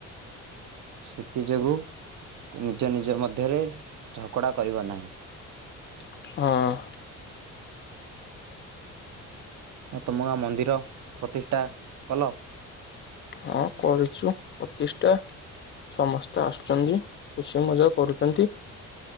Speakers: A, on the right; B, on the left.
A: ସେଥିଯୋଗୁ ନିଜ ନିଜ ମଧ୍ୟରେ ଝଗଡ଼ା କରିବ ନାହିଁ।
B: ହଁ।
A: ଆ ତମ ଗାଁ ମନ୍ଦିର ପ୍ରତିଷ୍ଠା? କଲ?
B: ହଁ କରିଚୁ ପ୍ରତିଷ୍ଟା। ସମସ୍ତେ ଆସୁଛନ୍ତି ଖୁସି ମଜା କରୁଚନ୍ତି,